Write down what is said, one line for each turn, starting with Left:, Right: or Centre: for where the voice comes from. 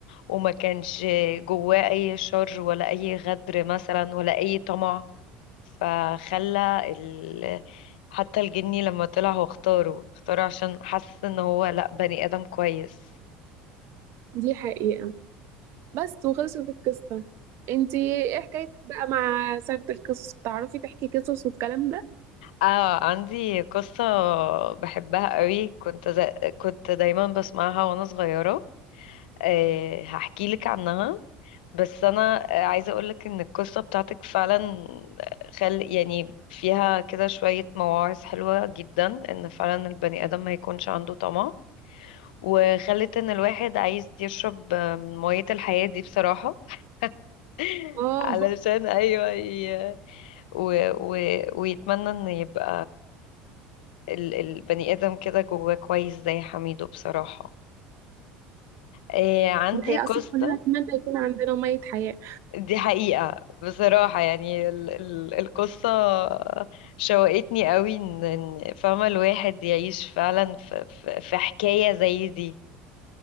Left: وما كانش جواه أي شر ولا أي غدر مثلا ولا أي طمع فخلى ال... حتى الجني لما طلع هو اختاره اختاره عشان حس ان هو لأ بني آدم كويس
Right: دي حقيقة بس وخلصت القصة انتي ايه حكايتك بقى مع سيرة القصص بتعرفي تحكي قصص والكلام ده؟
Left: اه عندي قصة بحبها قوي كنت زي... كنت دايما بسمعها وانا صغيرة أه هحكي لك عنها بس انا آه، عايزه اقولك ان القصه بتاعتك فعلا آه، خل يعني فيها كده شويه مواعظ حلوه جدا ان فعلا البني ادم ما يكونش عنده طمع وخلت ان الواحد عايز يشرب من ميه الحياه دي بصراحه <laughs>
Right: اه
Left: علشان ايوه ي... و... و... ويتمنى ان يبقى ال... البني ادم كده جواه كويس زي حميدو بصراحه إيه عندي
Right: دي حقيقة
Left: قصه
Right: أصلا كلنا نتمنى يكون عندنا مية حياة
Left: دي حقيقة بصراحة يعني ال ال القصة شوقتني قوي ان إن فاهمة الواحد يعيش فعلا في, في, في حكاية زي دي